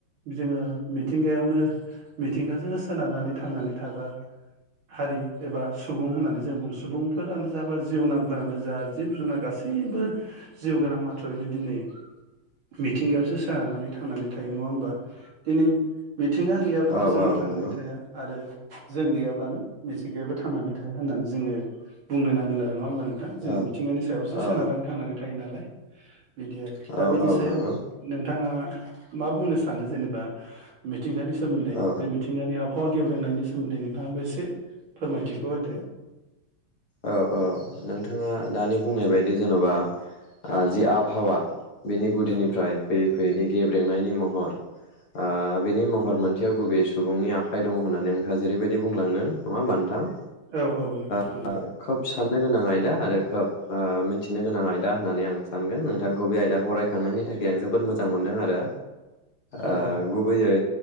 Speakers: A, on the right; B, on the left.
A: जोङो मिथिंगायावनो मिथिंगाजोंनो सोनारनानै थांनानै थाग्रा हारि एबा सुबुं होननानै जों बुं-सुबुं फोरानो जा बा जिउनांफोरानो जा जिब जुनार गासैबो जिउ गोनां मा थ्र'यैनो दिनै मिथिंगायावसो सोनारनानै थांनानै थायो नङा ओमबा दिनै मिथिंगा गैयाब्लानो
B: औ
A: जोंबो
B: औ
A: थांनानै
B: नंगौ
A: थाया आरो जों गैयाब्लानो मिथिंगायाबो थांनानै थाया होननानै जोङो बुंनो नांगोन आरो नङा ओमबा नो थां जोङो
B: औ
A: मिथिंगानि सायावसो
B: औ
A: सोनारानै थांनानै थायो नालाय। बिदि आरो
B: औ
A: दा बिनि
B: औ
A: सायाव
B: नंगौ
A: नोंथाङा मा बुंनो सानो जेनेबा मिथ थिंगानि सोमोन्दै
B: औ
A: बे मिथिंगानि आब फावा गेब्रेंनायनि सोमोन्दै नोंथाङाबो एसे फोरमायथिखौ होदो
B: औ औ नोंथाङा दानि बुंनाय बाय दि जेनबा ओ जि आबहावा बेनि गुदिनिफ्राय
A: औ
B: फै <unintelligible> गेब्रेंनायनि महर ओ बेनि महर मोनथायाव गुबै सुबुंनि आखाइ दङ होननानै नोंथाङा जेरैबायदि बुंलांदों नङा होमबा नोंथां?
A: औ औ नोंथां
B: ओ
A: नंगौ
B: खोब साननो गोनां आयदा आरो खोब ओ मिथिनो गोनां आयदा होननानै आं सानगोन नोंथांखौ बे आयदाखौ रायखांनायनि थाखाय आं जोबोद मोजां मोनदों आरो। ओ
A: औ
B: गुबैयै